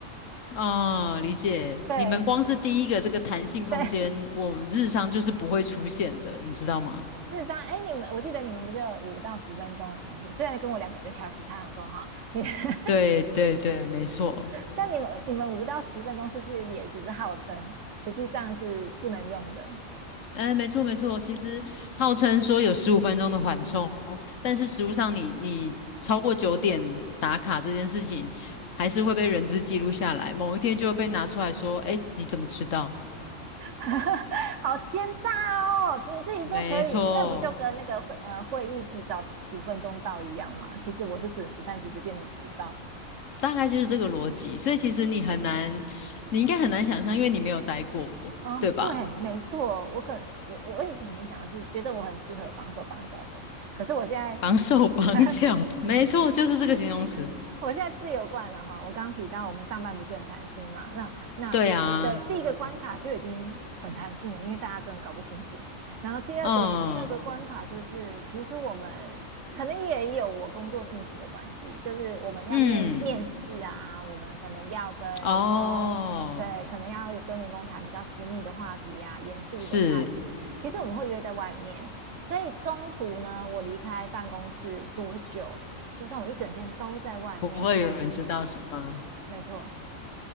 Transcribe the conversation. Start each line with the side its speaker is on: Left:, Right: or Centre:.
Left: 哦，理解。
Right: 对
Left: 你们光是第一个这个弹性空间，
Right: 对，<laughs>
Left: 我们日常就是不会出现的，你知道吗？
Right: 日实上，哎，你们我记得你们不是有五到十分钟的弹性，虽然跟我两个小时差很多哈，你 <laughs>
Left: 对对对，没错。
Right: 但你们你们五到十分钟是不是也只是号称，实际上是不能用的？
Left: 哎，没错没错，其实号称说有十五分钟的缓冲，但是实物上你你超过九点打卡这件事情，还是会被人质记录下来，某一天就会被拿出来说，哎，你怎么知道？
Right: <laughs> 好奸诈哦！你自己说可以，
Left: 没错，
Right: 那不就跟那个会呃会议提早五分钟到一样吗？其实我是准时，但其实变成迟到。
Left: 大概就是这个逻辑，所以其实你很难，你应该很难想象，因为你没有待过，
Right: 哦，
Left: 对吧？
Right: 对，没错，我可我我以前很想要去，觉得我很适合绑手绑脚的，可是我现在
Left: 绑手绑脚，
Right: <laughs>
Left: 没错，就是这个形容词。
Right: 我现在自由惯了哈，我刚刚提到我们上班不是很弹性嘛，那那对第一个关卡就已经很弹性了，
Left: 对啊，
Right: 因为大家根本搞不清楚嘛。然后第二个第二个关卡就是，
Left: 嗯
Right: 其实我们可能也有我工作性质的关系，就是我们要面面试啊，
Left: 嗯，
Right: 我们可能要跟员工。
Left: 哦，
Right: 对，可能要跟员工谈比较私密的话题啊，严肃的话题。
Left: 是。
Right: 其实我们会约在外面，所以中途呢，我离开办公室多久，就算我一整天都在外面，
Left: 不会有人知道是吗？
Right: 没错，